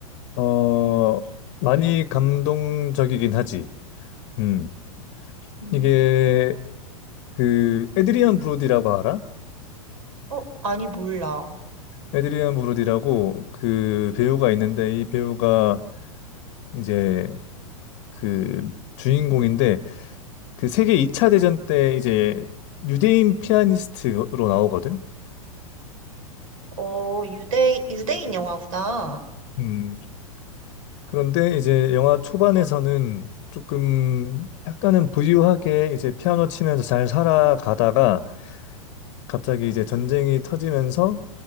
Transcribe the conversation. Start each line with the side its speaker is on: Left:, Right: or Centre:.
Left: 어, 많이 감동적이긴 하지. 음.
Right: 음.
Left: 이게 그 에드리안 브로디라고 알아?
Right: 어, 아니, 몰라.
Left: 에드리안 브로디라고 그 배우가 있는데 이 배우가 이제 그 주인공인데 그 세계 2차 대전 때 이제 유대인 피아니스트로 나오거든.
Right: 어, 유대, 유대인 영화구나.
Left: 음. 그런데 이제 영화 초반에서는 조금 약간은 부유하게 이제 피아노 치면서 잘 살아가다가 갑자기 이제 전쟁이 터지면서